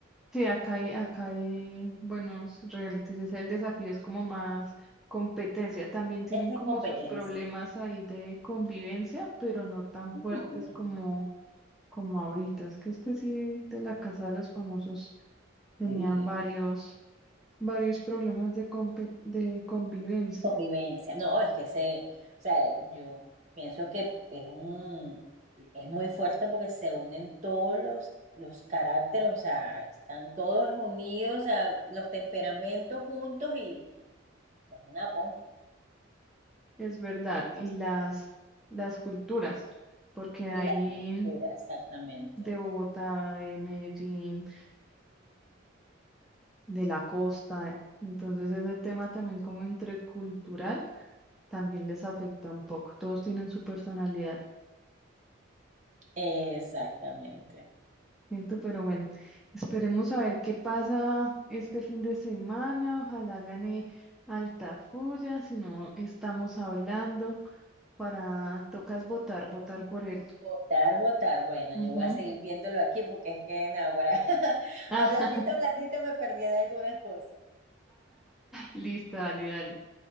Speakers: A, in the centre; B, on the right (about 35°).
A: Sí, acá hay, acá hay buenos realities. Es el desafío, es como más competencia. También tienen
B: Es de
A: como
B: competencia.
A: sus problemas ahí de convivencia, pero no tan fuertes
B: Ujú,
A: como, como ahorita. Es que este sí de la Casa de los Famosos tenían
B: Sí,
A: varios, varios problemas de, compe- de convivencia.
B: convivencia. No, es que se, o sea, yo pienso que es un, es muy fuerte porque se unen todos los, los caracteres, o sea, están todos unidos, o sea, los temperamentos juntos y es una bomba.
A: Es verdad. Y las, las culturas, porque hay
B: Y la cultura, exactamente.
A: de Bogotá, de Medellín, de la costa. eh. Entonces ese tema también como intercultural también les afecta un poco. Todos tienen su personalidad,
B: Exactamente.
A: ¿cierto? Pero bueno, esperemos a ver qué pasa este fin de semana. Ojalá gane Altafulla, si no estamos hablando para, tocas votar, votar por él.
B: Votar, votar. Bueno,
A: Ujú.
B: yo voy a seguir viéndolo aquí porque es que en ahora, <laughs>
A: <laughs>
B: hablandita, hablandita, me perdí de algunas cosas.
A: Listo, dale, dale.